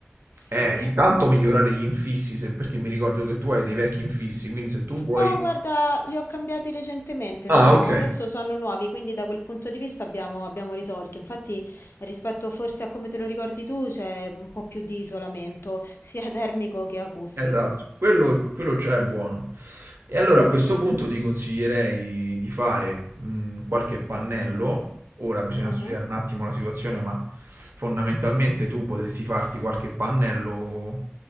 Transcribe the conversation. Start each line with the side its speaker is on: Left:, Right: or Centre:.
Left: sì.
Right: è intanto migliorare gli infissi, se- perché mi ricordo che tu hai dei vecchi infissi, quindi se tu vuoi...
Left: No, guarda, li ho cambiati recentemente,
Right: Ah,
Left: sono-
Right: ok.
Left: adesso sono nuovi, quindi da quel punto di vista abbiamo, abbiamo risolto. Infatti, rispetto forse a come te lo ricordi tu, c'è un po' più di isolamento, sia termico che acustico.
Right: Esatto, quello, quello già è buono. E allora a questo punto ti consiglierei di fare mh, qualche pannello. Ora bisogna
Left: Mhm,
Right: studiare un attimo la situazione, ma fondamentalmente tu potresti farti qualche pannello